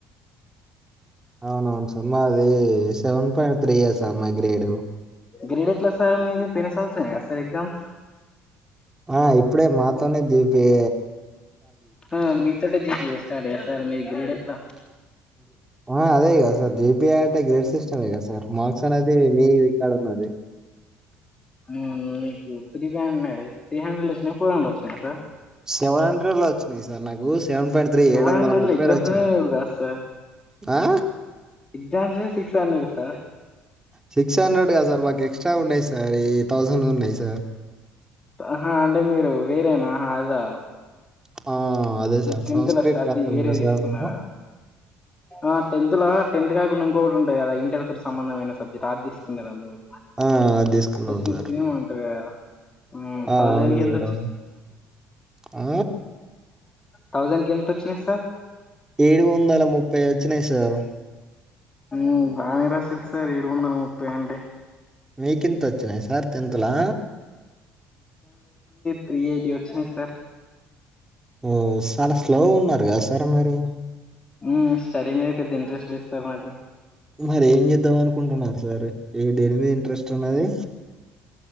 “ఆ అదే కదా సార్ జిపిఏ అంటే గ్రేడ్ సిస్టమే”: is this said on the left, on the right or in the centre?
Right